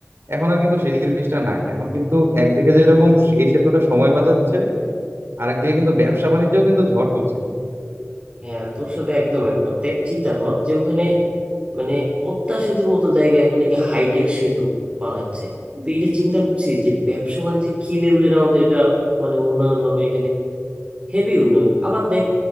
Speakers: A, on the right (about 60°); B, on the right (about 25°).
A: এখন আর কিন্তু সেই জিনিসটা নাই এখন কিন্তু একদিকে যেরকম এই সেতুটা সময় বাঁচাচ্ছে আরেকদিকে কিন্তু ব্যবসা বাণিজ্যেও কিন্তু ঝড় তুলছে
B: হ্যাঁ তোর সাথে একদম একমত দেখ চিন্তা কর যে ওখানে মানে পদ্মা সেতুর মতো জায়গায় এখন নাকি হাইটেক সেতু বানাচ্ছে তো এটা চিন্তা করছি যে ব্যবসা বাণিজ্যে কি লেভেলের আমাদের এটা মানে উন্নয়ন হবে এখানে হেভি উন্নয়ন আবার দেখ